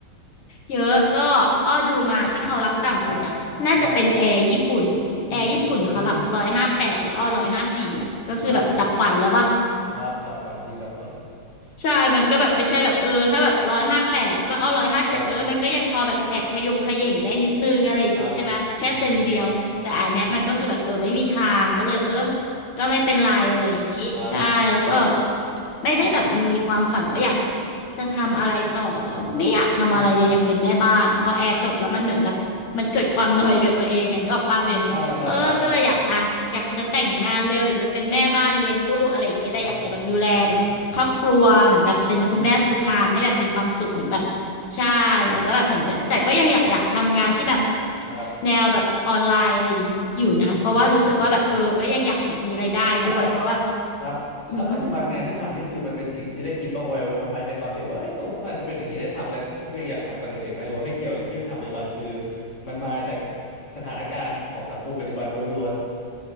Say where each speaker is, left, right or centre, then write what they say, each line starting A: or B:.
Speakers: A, on the left (about 85°); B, on the left (about 50°).
A: เยอะก็อ้อดูมาที่เขารับต่ำสุดอะน่าจะเป็นแอร์ญี่ปุ่น
B: ครับครับอืม
A: แอร์ญี่ปุ่นเขารับร้อยห้าแปดแล้วอ้อร้อยห้าสี่อะก็คือแบบดับฝันแล้วป่ะ
B: ครับครับดับฝันจริงดับฝัน
A: ใช่มันก็แบบไม่ใช่แบบเออถ้าแบบร้อยห้าแปดใช่ป่ะอ้อร้อยห้าเจ็ดเออมันก็ยังพอแบบแอบขยงขย่งได้นิดนึงอะไรอย่างงี้ใช่ไหมแค่เซนเดียวแต่อันเนี้ยมันก็คือแบบเออไม่มีทางก็เลยเออ
B: ครับครับอืม
A: ก็ไม่เป็นไรอะไรอย่างงี้ใช่แล้วก็
B: ครับ
A: ไม่ได้แบบมีความฝันว่าอยากจะทำอะไรต่อหรอไม่อยากทำอะไรเลยอยากเป็นแม่บ้านอะพอแอร์จบแล้วมันเหมือนแบบมันเกิดความนอยกับตัวเองอ่ะนึกออกปะเบนเออก็เลยอยากอ่ะอยากจะแต่งงานเร็วอยากจะเป็นแม่บ้านเลี้ยงลูกอะไรอย่างเงี้ยก็ได้อยากจะแบบดูแลแบบ
B: อืม อ่าอ่าอ่าอืม
A: ครอบครัวเหมือนแบบเป็นคุณแม่
B: อืมอืมอืม
A: full time ให้แบบมีความสุขเหมือนแบบใช่แล้วก็แบบเหมือนแต่ก็ยังอยากอยากทำงานที่แบบ
B: ครับ
A: แนวแบบออนไลน์อะไรอยู่อยู่นะเพราะว่ารู้สึกว่าแบบเออก็ยังอยากแบบมีรายได้ด้วยเพราะแบบ
B: อืมอืมอืมแล้วปัจครับแล้วปัจจุบันงานที่ทำนี่คือมันเป็นสิ่งที่ได้คิดบ้างไว้ไว้บ้างไหมในตอนเด็กว่าเอ้ยโตขึ้นมาจะเป็นอย่างนี้ได้ทำอะไรที่ตัวเองอยากทำตอนเด็กๆไหมหรือว่าไม่เกี่ยวเลยที่ทำปัจจุบันคือ
A: อืม
B: มันมาจากสถานการณ์ของสังคมปัจจุบันล้วน